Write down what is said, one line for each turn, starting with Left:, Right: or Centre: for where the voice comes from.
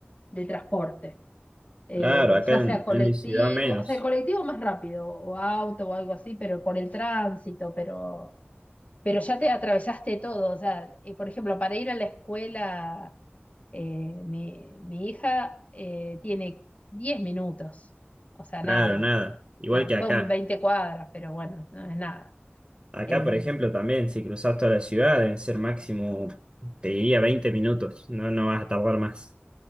Left: de transporte. eh,
Right: claro, acá
Left: ya
Right: en,
Left: sea colectivo,
Right: en mi ciudad menos,
Left: o sea, el colectivo más rápido, o auto o algo así, pero por el tránsito, pero, pero ya te atravesaste todo. O sea, eh, por ejemplo, para ir a la escuela, eh, mi, mi hija eh, tiene 10 minutos, o sea,
Right: claro,
Left: nada,
Right: nada, igual
Left: nada,
Right: que
Left: son
Right: acá.
Left: 20 cuadras, pero bueno, no es nada.
Right: Acá,
Left: Eh,
Right: por ejemplo, también si cruzas toda la ciudad deben ser máximo, te diría 20 minutos, no, no vas a tardar más.